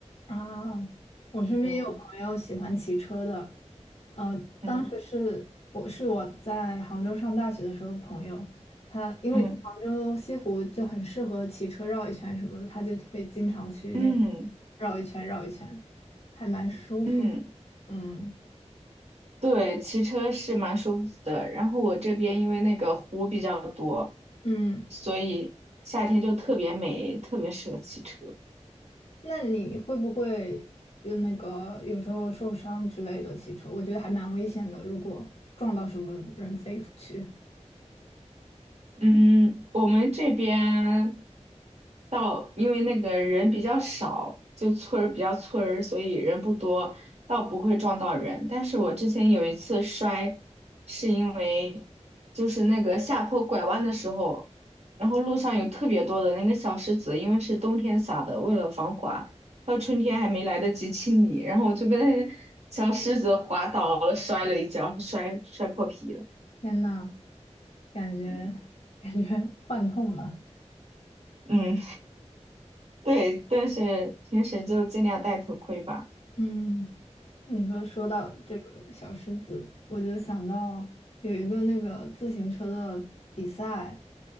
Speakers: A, on the left (about 60°); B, on the right (about 65°).
A: 啊，我身边也有朋友喜欢骑车的，
B: 嗯
A: 呃，
B: 嗯
A: 当时是我是我在杭州上大学的时候，朋友他因为杭州西湖就很适合骑车绕一圈什么的，
B: 嗯
A: 他就会经常去那边
B: 嗯
A: 绕一圈绕一圈，还蛮舒服的。
B: 嗯，
A: 嗯
B: 对，骑车是蛮舒服的。然后我这边因为那个湖比较多，
A: 嗯，
B: 所以夏天就特别美，特别适合骑车。
A: 那你会不会就那个有时候受伤之类的骑车？我觉得还蛮危险的，如果撞到什么人飞出去。
B: 嗯，我们这边到，因为那个人比较少，就村儿比较村儿，所以人不多，倒不会撞到人。但是我之前有一次摔，是因为就是那个下坡拐弯的时候，然后路上有特别多的那个小石子，因为是冬天撒的，为了防滑，到春天还没来得及清理，然后我就被那小石子滑倒了，摔了一跤，摔摔破皮了。
A: 天呐，感觉感觉
B: 嗯
A: <laughs> 幻痛了。
B: 嗯。对，但是平时就尽量戴头盔吧。
A: 嗯，你说说到这个小狮子，我就想到有一个那个自行车的比赛，